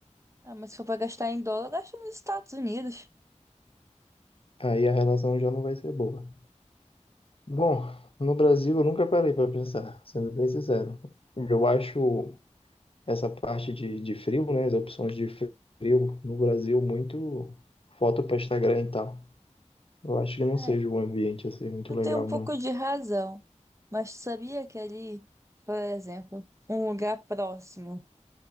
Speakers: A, on the right (about 25°); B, on the left (about 50°).
A: Ah, mas se for para gastar em dólar, gasta nos Estados Unidos.
B: Aí a relação já não vai ser boa. Bom, no Brasil eu nunca parei para pensar, sendo bem sincero. Eu acho essa parte de, de frio, né, as opções de frio no Brasil muito foto para Instagram e tal. Eu acho que não
A: É,
B: seja um ambiente assim muito
A: tu
B: legal,
A: tem um pouco
B: não.
A: de razão. Mas tu sabia que ali, por exemplo, um lugar próximo